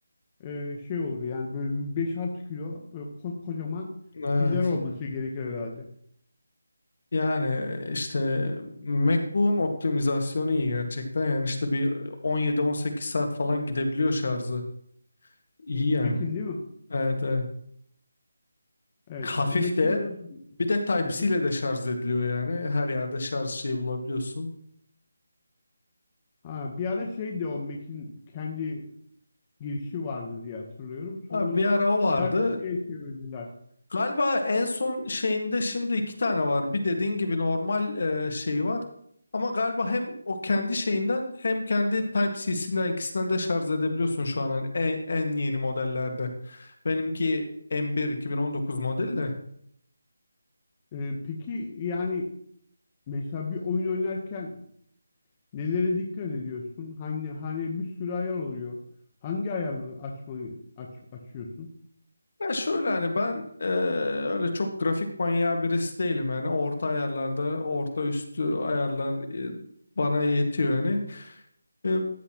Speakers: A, on the left; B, on the left.
A: e, şey olur yani böyle bir beş altı kilo böyle ko- kocaman
B: <laughs> Evet.
A: piller olması gerekir herhalde.
B: Yani işte MacBook'un optimizasyonu iyi gerçekten. Yani işte bir on yedi on sekiz saat falan gidebiliyor şarjı. İyi yani.
A: Mac'in değil mi?
B: Evet evet.
A: Evet.
B: Hafif
A: O Mac'in
B: de
A: de
B: bir de Type-C
A: Hı hı.
B: ile de şarj ediliyor yani. Her yerde şarj şeyi bulabiliyorsun.
A: Ha, bir ara şeydi o Mac'in kendi girişi vardı diye hatırlıyorum.
B: Abi
A: Sonra onu
B: bir ara o vardı.
A: Type-C'ye çevirdiler.
B: Galiba en son şeyinde şimdi iki tane var. Bir dediğin gibi normal e, şey var. Ama galiba hem o kendi şeyinden hem kendi Type-C'sinden ikisinden de şarj edebiliyorsun şu an hani en, en yeni modellerde. Benimki M1 2019 model de.
A: Ee, peki yani mesela bir oyun oynarken nelere dikkat ediyorsun? Hani hani bir sürü ayar oluyor. Hangi ayarları açmayı aç, açıyorsun?
B: Ya şöyle hani ben eee, öyle çok grafik manyağı birisi değilim yani orta ayarlarda orta üstü ayarlar e, bana yetiyor yani. E,